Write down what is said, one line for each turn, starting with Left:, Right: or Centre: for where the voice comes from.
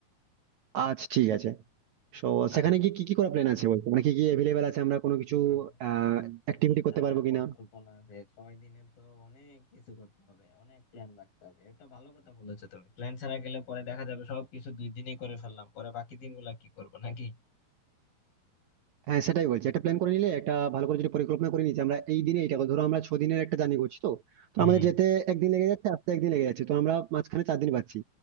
Right: আচ্ছা ঠিক আছে সো
Left: আহ,
Right: সেখানে গিয়ে কি কি করা প্ল্যান আছে বলতো মানে কি কি অ্যাভেলেবেল আছে আমরা কোনো কিছু
Left: আহ,
Right: আহ
Left: ছয়
Right: অ্যাক্টিভিটি
Left: দিন
Right: করতে
Left: থাকার
Right: পারবো কিনা
Left: পরিকল্পনা আছে ছয় দিনে তো অনেক কিছু করতে হবে অনেক প্ল্যান রাখতে হবে এটা ভালো কথা বলেছো তুমি প্ল্যান ছাড়া গেলে পরে দেখা যাবে সবকিছু দুই দিনেই করে ফেললাম পরে বাকি দিনগুলা কি করবো নাকি
Right: হ্যাঁ সেটাই বলছি একটা প্ল্যান করে নিলে একটা ভালো করে যদি পরিকল্পনা করে নিচ্ছি আমরা এই দিনে এইটা করবো। ধরো আমরা ছ দিনের একটা জার্নি করছি তো তো
Left: হুম
Right: আমাদের যেতে একদিন লেগে যাচ্ছে আসতে একদিন লেগে যাচ্ছে তো আমরা মাঝখানে চার দিন পাচ্ছি